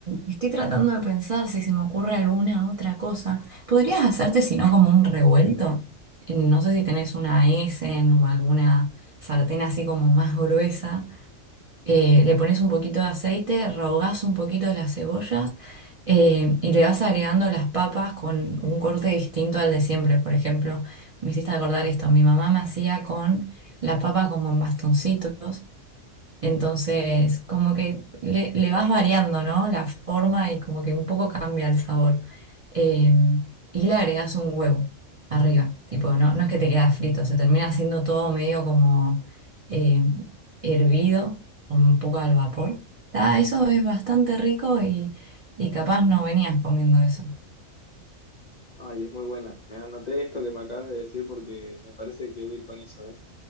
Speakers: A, on the right; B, on the left.
A: estoy tratando de pensar si se me ocurre alguna otra cosa. ¿Podrías hacerte, si no, como un revuelto? Eh, No sé si tenés una Essen o alguna sartén así como más gruesa eh, le pones un poquito de aceite, rehogás un poquito las cebollas eh, y le vas agregando las papas con un corte distinto al de siempre. Por ejemplo, me hiciste acordar esto, mi mamá me hacía con las papas como en bastoncitos entonces, como que le, le vas variando, ¿no? La forma y como que un poco cambia el sabor. Eh, y le agregas un huevo arriba. Tipo, no, no es que te queda frito, se termina haciendo todo medio como eh, hervido, un poco al vapor. ta eso es bastante rico y, y capaz no venías comiendo eso.
B: Ay, es muy buena. Me anoté esto que me acabas de decir porque me parece que voy a ir con eso, ¿eh?